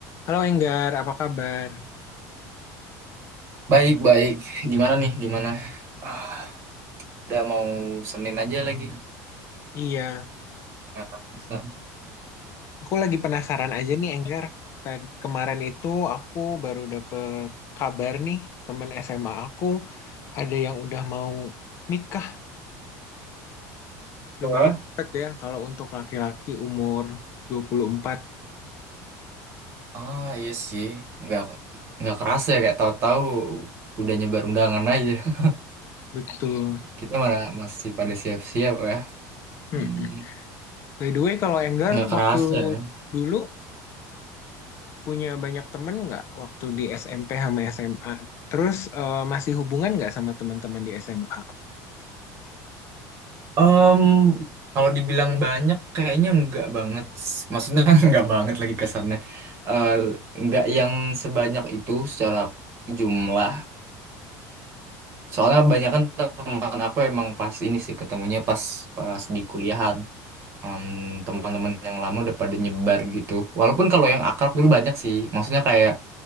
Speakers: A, on the left (about 35°); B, on the right (about 30°).
A: Halo Enggar, apa kabar?
B: Baik, baik. Gimana nih? Gimana? Ah, udah mau Senin aja lagi.
A: Iya,
B: Nggak kerasa.
A: aku lagi penasaran aja nih Enggar. Tad- Kemarin itu aku baru dapet kabar nih, temen SMA aku ada yang udah mau nikah. Lumayan
B: Wah,
A: cepet ya kalau untuk laki-laki umur 24.
B: Ah, iya sih. Nggak, nggak kerasa ya. Kayak tahu-tahu udah nyebar undangan aja. <laughs>
A: Betul.
B: Kita mana masih pada siap-siap ya. Hmm,
A: Mm-mm. By the way, kalau Enggar
B: nggak kerasa
A: waktu
B: ya.
A: dulu punya banyak temen nggak waktu di SMP sama SMA? Terus eh, masih hubungan nggak sama teman-teman di SMA?
B: Em, kalau dibilang banyak, kayaknya nggak banget. Maksudnya <laughs> nggak banget lagi kesannya. Eh, nggak yang sebanyak itu secara jumlah. Soalnya kebanyakan teman aku emang pas ini sih ketemunya pas pas di kuliahan. Em, teman-teman yang lama udah pada nyebar gitu. Walaupun kalau yang akrab dulu banyak sih. Maksudnya kayak